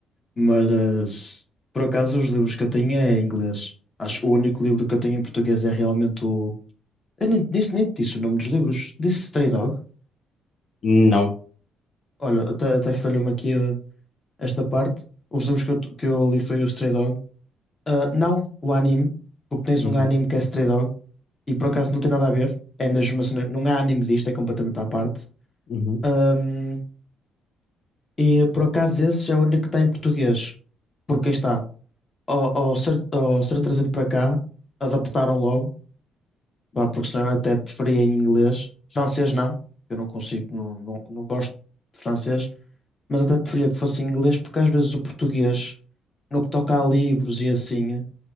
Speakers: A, on the left; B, on the left.
A: Mas, por acaso, os livros que eu tenho é em inglês. Acho que o único livro que eu tenho em português é realmente o. Eu nem, nem, nem te disse o nome dos livros. Disse Stray Dog.
B: Não.
A: Olha, até, até falhou-me aqui eh, esta parte. Os livros que eu, que eu li foi o Stray Dog. Ah, não o anime, porque tens
B: Uhum,
A: um anime que é Stray Dog e por acaso não tem nada a ver. É mesmo assim, não há anime disto, é completamente à parte.
B: uhum.
A: Hum, e por acaso esse já é o único que está em português. Porque aí está, ao, ao ser, ao ser trazido para cá, adaptaram logo, pá, porque senão eu até preferia em inglês. Francês não, eu não consigo, não, não, não gosto de francês, mas até preferia que fosse em inglês, porque às vezes o português, no que toca a livros e assim,